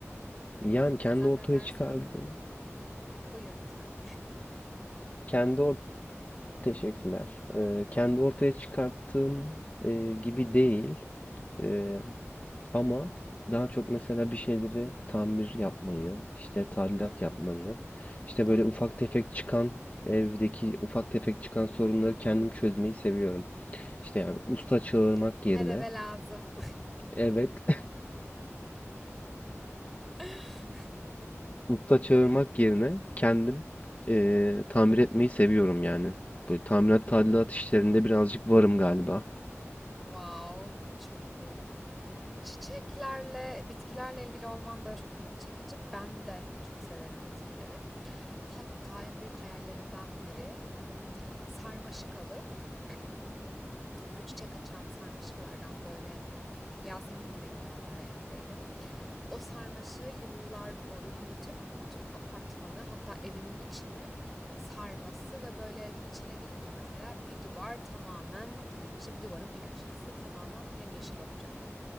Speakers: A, on the left; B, in the centre.
A: Yani kendi
B: Zannedersem
A: ortaya çıkardığım,
B: buyur lütfen.
A: kendi or teşekkürler. Eee, kendi ortaya çıkarttığım eee, gibi değil. Eee Ama daha çok mesela bir şeyleri tamir yapmayı, işte tadilat
B: Hmm,
A: yapmayı, işte böyle
B: anladım.
A: ufak tefek çıkan evdeki ufak tefek çıkan sorunları kendim çözmeyi seviyorum. İşte
B: Hmm,
A: yani usta çağırmak yerine,
B: her eve lazım.
A: evet,
B: <laughs>
A: usta çağırmak yerine kendim eee, tamir etmeyi seviyorum yani. Böyle tamirat
B: Hmm,
A: tadilat işlerinde
B: çok güzel.
A: birazcık varım galiba.
B: Wow, çok iyi. Çiçeklerle, bitkilerle ilgili olman da çok ilgi çekici. Ben de çok severim bitkileri. Hatta en büyük hayallerimden biri sarmaşık alıp bu çiçek açan sarmaşıklardan böyle Yasemin mi deniyor onlara emin değilim. O sarmaşığı yıllar boyu büyütüp bütün apartmanı hatta evimin içini sarması ve böyle evin içine girince mesela bir duvar tamamen işte bir duvarın bir köşesi tamamen yemyeşil olacak.